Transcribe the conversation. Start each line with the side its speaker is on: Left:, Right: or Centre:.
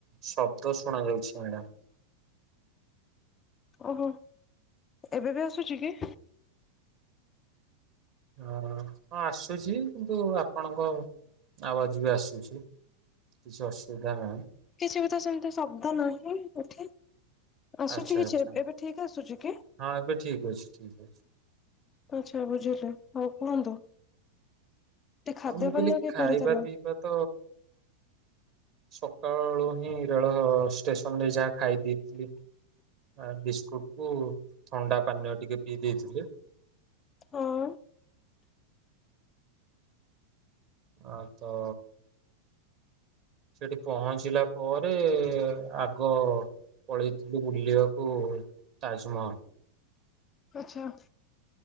Right: ଶବ୍ଦ ଶୁଣା ଯାଉଛି, ମ୍ୟାଡାମ।
Left: ଓହୋ, ଏବେ ବି ଆସୁଛି କି?
Right: ଆଁ, ହଁ ଆସୁଛି କିନ୍ତୁ, ଆପଣଙ୍କ ଆବାଜ ବି ଆସୁଛି। କିଛି ଅସୁବିଧା ନାହିଁ।
Left: କିଛି ବି ତ ସେମିତି ଶବ୍ଦ ନାହିଁ ଏଠି ଆସୁଛି
Right: ଆଚ୍ଛା
Left: କିଛି
Right: ଆଚ୍ଛା
Left: ଏବେ ଠିକ ଆସୁଛି କି?
Right: ହଁ, ଏବେ ଠିକ ଅଛି ଠିକ୍ ଅଛି।
Left: ଆଚ୍ଛା ବୁଝିଲି ହଉ କୁହନ୍ତୁ, ସେ ଖାଦ୍ୟ
Right: ଆଉ ମୁଁ କହିଲି
Left: ପାନୀୟ କିପରିଥିଲା?
Right: ଖାଇବା ପିଇବା ତ। ସକାଳୁ ହିଁ, ରେଳ ଷ୍ଟେସନ ରେ ଯାହା ଖାଇ ଦେଇଥିଲି। ଆ ବିସ୍କୁଟୁ ଥଣ୍ଡା ପାନୀୟ ଟିକେ ପିଇ ଦେଇଥିଲି।।
Left: ହଁ।
Right: ଆଁ ତ ସେଠି। ପହଞ୍ଚିଲା ପରେ, ଆଗ। ପଳେଇ ଥିଲି ବୁଲିବାକୁ ତାଜମହଲ।
Left: ଆଚ୍ଛା।